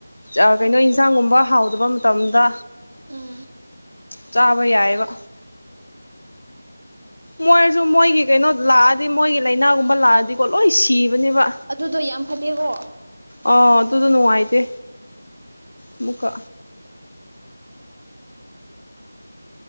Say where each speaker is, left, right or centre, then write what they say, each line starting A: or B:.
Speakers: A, on the left (about 75°); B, on the right (about 65°).
A: ꯑꯥ ꯀꯩꯅꯣ
B: ꯎꯝ
A: ꯏꯟꯁꯥꯡꯒꯨꯝꯕ ꯍꯥꯎꯗꯕ ꯃꯇꯝꯗ
B: ꯎꯝ
A: ꯆꯥꯕ ꯌꯥꯏꯕ ꯃꯣꯏꯖꯨ ꯃꯣꯏꯒꯤ ꯀꯩꯅꯣ ꯂꯥꯛꯑꯗꯤ ꯃꯣꯏꯒꯤ ꯂꯥꯏꯅꯥꯒꯨꯝꯕ ꯂꯥꯛꯑꯗꯤꯀꯣ ꯂꯣꯏ ꯁꯤꯕꯅꯦꯕ
B: ꯑꯗꯨꯗꯣ ꯌꯥꯝ ꯐꯠꯇꯦꯀꯣ
A: ꯑ ꯑꯗꯨꯗꯣ ꯅꯨꯡꯉꯥꯏꯇꯦ ꯑꯃꯨꯛꯀ